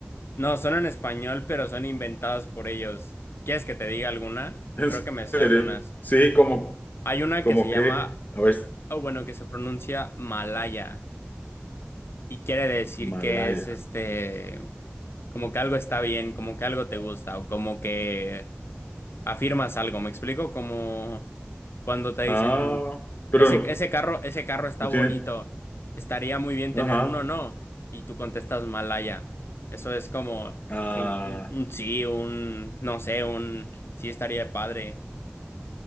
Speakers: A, on the left; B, on the left.
A: No, son en español, pero son inventadas por ellos. ¿Quieres que te diga alguna?
B: <laughs> en
A: Creo que me sé
B: serio,
A: algunas.
B: sí, como,
A: Hay una
B: como
A: que se llama,
B: que, a ver,
A: o bueno, que se pronuncia Malaya y quiere decir
B: Malaya.
A: que es este, como que algo está bien, como que algo te gusta o como que afirmas algo, ¿me explico? Como cuando te dicen,
B: Ah, pero
A: ese, ese carro, ese carro está
B: no
A: bonito,
B: tienen.
A: estaría muy bien tener
B: Ajá.
A: uno, ¿no? Y tú contestas Malaya. Eso es como
B: Ah,
A: sí, un, un sí, un no sé, un sí estaría padre.